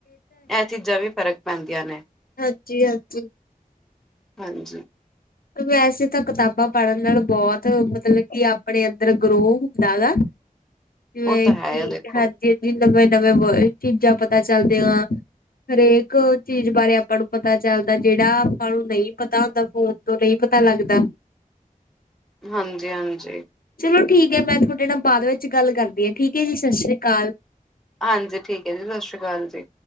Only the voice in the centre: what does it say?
ਇਹ ਚੀਜ਼ਾਂ ਵੀ ਫ਼ਰਕ ਪੈਂਦੀਆਂ ਨੇ
ਹਾਂਜੀ
ਉਹ ਤਾਂ ਹੈ
ਆ ਦੇਖੋ
ਹਾਂਜੀ ਹਾਂਜੀ
ਹਾਂਜੀ ਠੀਕ ਹੈ ਜੀ, ਸਤਿ ਸ਼੍ਰੀ ਅਕਾਲ ਜੀ।